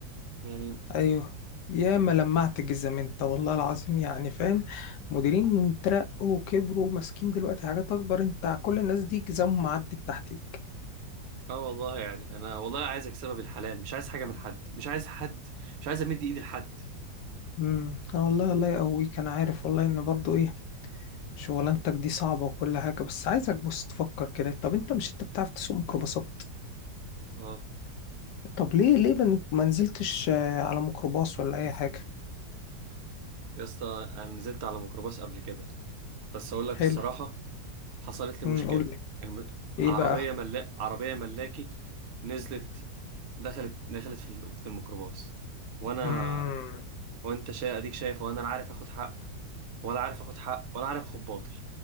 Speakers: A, on the right; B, on the left.
A: يعني
B: ايوه يا ما لمعت جزم انت والله العظيم يعني فاهم مديرين ترقوا وكبروا وماسكين دلوقتي حاجات اكبر انت كل الناس دي جزمهم عدت تحتيك
A: اه والله يعني انا والله عايز اكسبها بالحلال مش عايز حاجة من حد مش عايز حد مش عايز امد ايدي لحد
B: امم آه والله الله يقويك انا عارف والله ان برضو ايه شغلانتك دي صعبة وكل حاجة بس عايزك بص تفكر كده طب انت مش انت بتعرف تسوق ميكروباصات
A: اه
B: طب ليه ليه ما ما نزلتش آه، على ميكروباص ولا اي حاجة
A: يا اسطى انا نزلت على ميكروباص قبل كده بس اقول لك
B: حلو
A: الصراحة حصلت لي
B: امم
A: مشكلة
B: قول لي
A: الم... عربية
B: ايه بقى
A: ملا... عربية ملاكي نزلت دخلت دخلت في ال- في الميكروباص وانا
B: امم
A: وانت شا... اديك شايف وانا لا عارف اخد حق ولا عارف اخد حق ولا عارف اخد باطل